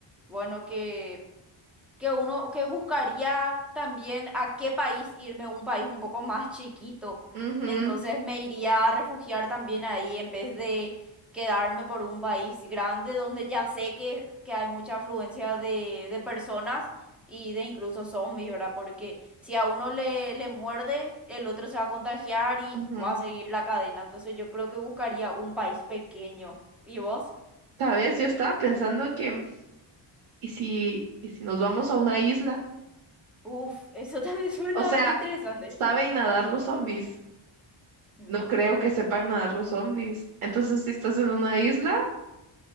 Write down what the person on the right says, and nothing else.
Ujú,
ujú.
¿Sabes? Yo estaba pensando que, ¿y si, y si nos vamos a una isla?
O sea,
¿saben nadar los zombies?
No creo que sepan nadar los zombies. Entonces, si estás en una isla,